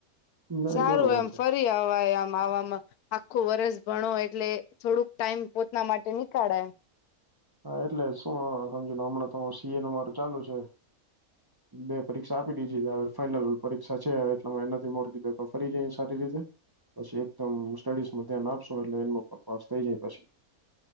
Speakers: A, on the right; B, on the left.
A: ના
B: સારું
A: એ બરોબર
B: એમ
A: છે
B: ફરી આવય આમ આવામાં આખું વરસ ભણો એટલે થોડુંક ટાઈમ પોતાના માટે નીકાળાય
A: હા એટલે શું સમજુહમણાં તો સીએ નું મારું ચાલુ છે. બે પરીક્ષા આપી દીધી છે હવે ફાઇનલ પરીક્ષા છે હવે એટલે એનાથી મોરકી દ ફરી જઈ સારી રીતે પછી એકદમ સ્ટડીઝમાં ધ્યાન આપશો એટલે એનો પણ પાસ થઈ જાય પછી